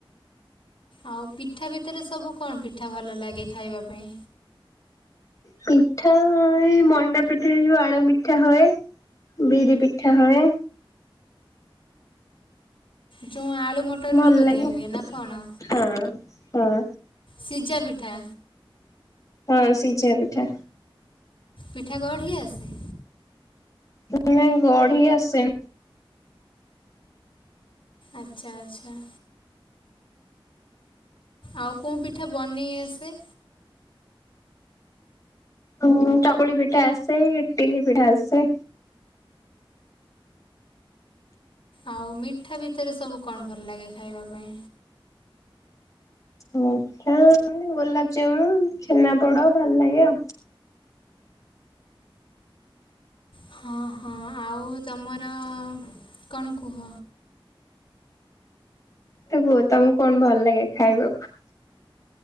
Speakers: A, on the left; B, on the left.
A: ଆଉ ପିଠା ଭିତରେ ସବୁ କଣ ପିଠା ଭଲ ଲାଗେ ଖାଇବା ପାଇଁ।
B: ପିଠା ଏ ମଣ୍ଡା ପିଠା ହେଇଯିବ ଆଳୁ ପିଠା ହଏ ବିରି ପି ଠା ହଏ।
A: ଯୁଁ ଆଳୁ ମଟ ମଟର
B: ଭଲ
A: ପୁର
B: ଲାଗେ
A: ଦିଆ ହୁଏ ନା କଣ
B: ହଁ ହଁ।
A: ସିଜା ପିଠା
B: ହଁ ସିଝା ପିଠା।
A: ପିଠା ଗଢି ଆସେ?
B: ଉଁ ନାଇଁ ଗଢି ଆସେ
A: ଆଚ୍ଛା ଆଚ୍ଛା ଆଉ କୋଉ ପିଠା ବନେଇ ଆସେ?
B: ଉଁ ଚକୁଳି ପିଠା ଆସେ ଇଟିଲୀ ପିଠା ଆସେ।
A: ଆଉ ମିଠା ଭିତରେ ସବୁ କଣ ଭଲ ଲାଗେ ଖାଇବା ପାଇଁ?
B: ମିଠା ଗୋଲାପଜାମୁନ ଛେନା ପୋଡ ଭଲ ଲାଗେ ଆଉ।
A: ହଁ ହଁ ଆଉ ତୁମର କଣ କୁହ?
B: ତ କୁହ ତମକୁ କଣ ଭଲ ଲାଗେ ଖାଇବାକୁ?